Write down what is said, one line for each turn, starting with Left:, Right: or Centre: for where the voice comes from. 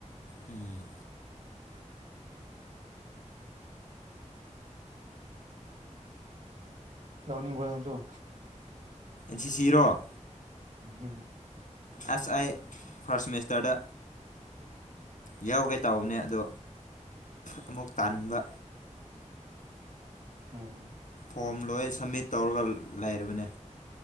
Left: ꯎꯝ
Right: ꯌꯥꯎꯅꯤꯡꯣꯝꯁꯨꯣ
Left: ꯁꯤ ꯁꯤꯔꯣ
Right: ꯎꯝ
Left: ꯑꯦꯁ ꯑꯥꯏ ꯐꯁ ꯁꯃꯁꯇꯔꯗ ꯌꯥꯎꯒꯦ ꯇꯥꯎꯅꯦ ꯑꯗꯣ ꯑꯃꯨꯛ ꯇꯥꯟꯕ
Right: ꯎꯝ
Left: ꯐꯣꯝ ꯂꯣꯏ ꯁꯝꯃꯤꯠ ꯇꯧꯔꯒ ꯂꯩꯔꯕꯅꯦ